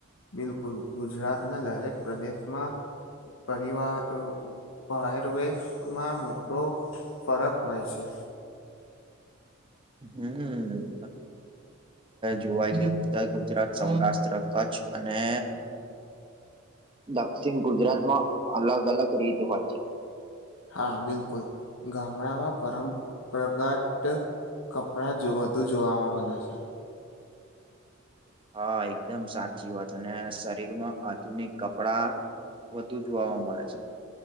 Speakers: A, on the left (about 80°); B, on the right (about 25°).
A: બિલકુલ ગુજરાતના દરેક પ્રદેશમાં પરિવાર પરવેશ માં મોટો ફરક હોય છે.
B: હમ જોવાય કે ઉત્તર ગુજરાત, સૌરાષ્ટ્ર, કચ્છ અને દક્ષિણ ગુજરાતમાં અલગ અલગ રીત હોય છે.
A: હા બિલકુલ ગામડામાં પંરપરાગત કપડા જો વધુ જોવાવામાં મળે છે.
B: હા એકદમ સાચી વાત અને શરીર માં આધુનિક કપડા વધુ જોવા મળે છે.